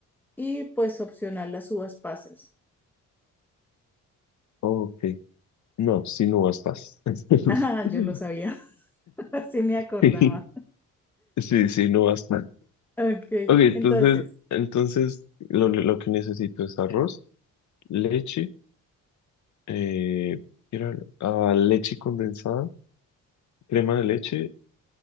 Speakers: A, in the centre; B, on the left (about 60°).
A: Y pues opcional las uvas pasas. <laughs>
B: Ok. No, sin uvas pasas. <laughs>
A: Ah, yo lo sabía, <laughs> así me acordaba.
B: Sí, sí, sin uvas
A: Ok,
B: Ok, entonces,
A: entonces,
B: entonces lo, lo que necesito es arroz, leche, eh, era- ah, leche condensada, crema de leche,